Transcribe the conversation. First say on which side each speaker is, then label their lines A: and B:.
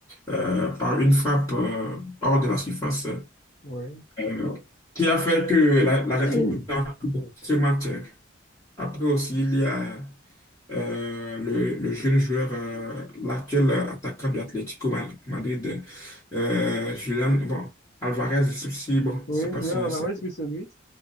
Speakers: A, on the left; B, on the left.
A: euh, par une frappe euh, hors de la surface
B: oui.
A: euh, qui a fait que la-
B: <clears throat>
A: l'Argentine a pris
B: oui,
A: ce match. Après aussi, il y a euh, le, le jeune joueur, euh, l'actuel attaquant de Atlético Ma- Madrid, euh, Julian bon, Alvarez aussi, bon,
B: oui,
A: je sais pas
B: Julien
A: si bon,
B: Lavaresse,
A: c'est...
B: oui, c'est lui.